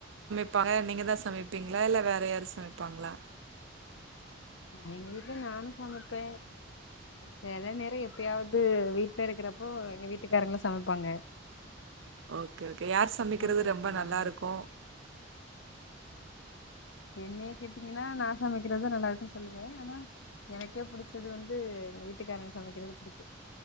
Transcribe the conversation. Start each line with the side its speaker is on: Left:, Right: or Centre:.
Right: ப்பாங்க நீங்க தா சமைப்பீங்ளா இல்ல வேற யாரு சமைப்பாங்ளா?
Left: எங்க வீட்ல நானு சமப்பே செல நேர எப்பயாவ்து வீட்ல இருக்கிறப்போ எங்க வீட்டுக்காரங்க சமப்பாங்க
Right: ஓகே ஓகே யார் சமக்கிறது
Left: சமைப்பாங்க
Right: ரொம்ப நல்லாருக்கு
Left: அந்த மாரி என்னைய கேட்டீங்கன்னா நா சமக்கிறதா நல்லா இருக்குன் சொல்லுவே ஆனா எனக்கே புடுச்சது வந்து எங்க வீட்டுக்காரங்க சமைக்கிறது புடிக்கு